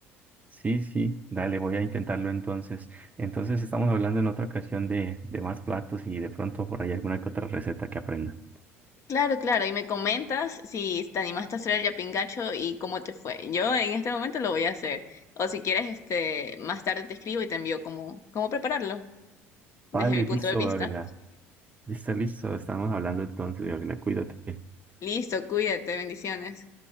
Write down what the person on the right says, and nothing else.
Sí, sí, dale, voy a intentarlo entonces. Entonces estamos hablando en otra ocasión de, de más platos y de pronto por ahí alguna que otra receta que aprenda.
Vale,
listo,
Gabriela. Listo, listo. Estamos hablando entonces, Gabriela. Cuídate.